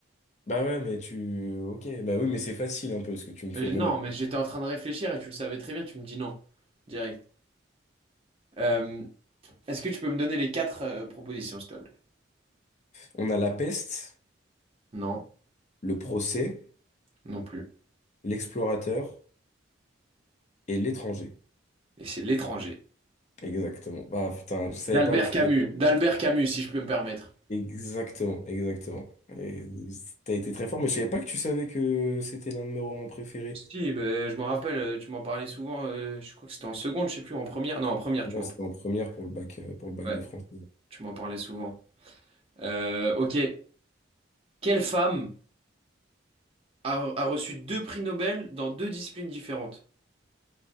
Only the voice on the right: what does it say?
Mais
non, mais
j'étais en train de réfléchir et tu le savais très bien, tu me dis non. Direct. Euh, est-ce que tu peux me donner les quatre euh, propositions, s'il te plaît?
Non,
non plus.
Et c'est l'étranger.
D'Albert
Camus, d'Albert Camus, si je peux me permettre.
Si, ben, je m'en rappelle, euh, tu m'en parlais souvent, euh, je crois que c'était en seconde, je sais plus, en première. Non, en première, tu
m'en
ouais,
tu m'en parlais souvent. Euh, ok. Quelle femme a, a reçu deux prix Nobel dans deux disciplines différentes?